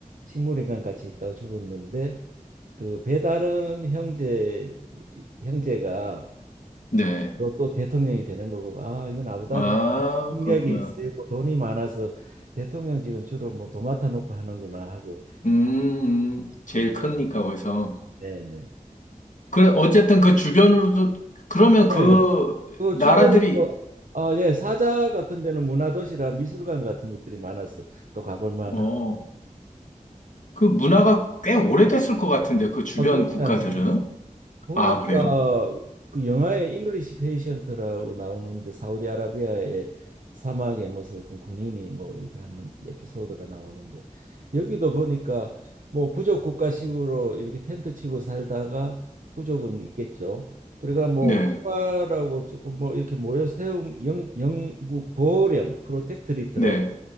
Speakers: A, on the right; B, on the left.
A: 식물인간 같이 있다가 죽었는데 그 배다른 형제 형제가
B: 네.
A: 또, 또 대통령이 되는 걸 보고 아 이건 아부다비
B: 아,
A: 능력이
B: 그렇구나.
A: 세고 돈이 많아서 대통령직은 주로 뭐 도맡아 놓고 하는구나 하고
B: 음, 음, 제일 크니까, 거기서.
A: 네네
B: 그래, 어쨌든 그 주변으로도, 그러면 그
A: 네. 그
B: 나라들이
A: 주변에 또 어, 예, 사자 같은 데는 문화도시라 미술관 같은 것들이 많아서 또 가볼 만하고
B: 어, 그 문화가 꽤 오래됐을 것 같은데, 그 주변
A: 아, 그렇지
B: 국가들은.
A: 않습니다. 보니까
B: 아, 그래요?
A: 그 영화에 잉글리시 페이션트라고 나오는데 사우디아라비아의 사막에 무슨 어떤 군인이 뭐 이렇게 하는 에피소드가 나오는데 여기도 보니까 뭐 부족 국가식으로 이렇게 텐트 치고 살다가 부족은 있겠죠. 그러니까 뭐
B: 네,
A: 국가라고 조금 뭐 이렇게 모여 세운 영, 영국 보호령 프로텍트리트라고
B: 네,